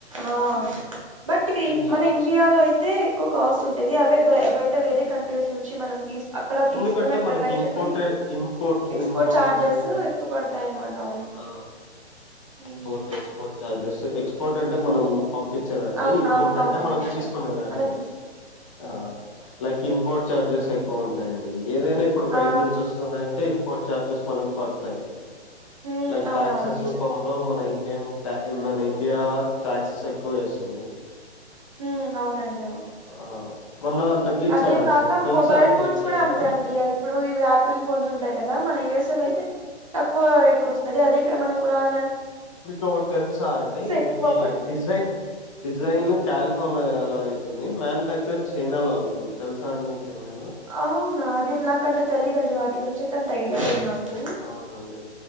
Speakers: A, on the right (about 30°); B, on the left (about 30°).
A: ఆ బట్
B: చాలా
A: మన ఇండియాలో
B: కష్టం.
A: అయితే ఎక్కువ కాస్ట్ ఉంటది అవే బయ బయట వేరే కంట్రీస్ నుంచి మనం తీసు అక్కడ తీసుకుని
B: ఎందుకంటే
A: అక్కడ
B: మనకి
A: డ్రైవ్
B: ఇంపోర్టెడ్
A: చేయని
B: ఇంపోర్ట్
A: ఎక్స్పోర్ట్
B: ఇంపోర్ట్
A: చఛార్జెస్
B: అనేది
A: ఎక్కువ పడతాయి అన్నమాట అవును
B: ఆ
A: ఉమ్.
B: ఇంపోర్ట్ ఎక్స్పోర్ట్ చార్జెస్ ఇంపోర్ట్ అంటే మనం పంపించేదండి
A: అవును
B: ఇంపోర్ట్
A: అవును పంపించడం
B: అంటే మనం తీసుకునేదాండి
A: మనకి
B: ఆ లేక్ ఇ ఇంపోర్ట్ ఛార్జెస్ ఎక్కువ ఉంటాయండి ఏదైనా ఇప్పుడు బయట
A: ఆ
B: నుంచి వస్తుందయంటే ఇంపోర్ట్ చార్జెస్ మనకు పడతాయి
A: హ్మ్
B: లైక్
A: అవునవును
B: టాక్సెస్
A: నిజం
B: రూపంలో మన ఇండి మన ఇండియా టాక్స్స్ ఎక్కువ వేస్తుంది
A: ఉ అవునండి అవును
B: ఆ మొన్న తగ్గించారండి
A: అదే కాక
B: మీకు తెలుసా
A: మొబైల్
B: అండి
A: ఫోన్స్
B: మీకేమైనా
A: కూడా అంతే అండి ఇప్పుడు ఆయాపిల్ ఫోన్స్ ఉంటాయి కదా మన యఎస్ఎల్ అయితే తక్కువ రేట్ కు వస్తుంది అదే ఇక్కడ మనం కొనాల
B: మీకు ఒక తెలుసా అండి
A: ఎక్కువ
B: మీకు
A: పడతాయి
B: డిజైన్ డిజైన్
A: హ్మ్.
B: కాలిఫోర్నియా లో అవుతుంది మ్యానుఫ్యాక్చర్ చైనా లో అవుతుంది తెలుసా అండి మీకేమైనా
A: అవునా అదిర్ నాక అంత తెలిదండడి వాటి గురించింతతే అంత ఐడియా లేదు నాకు
B: అవునండి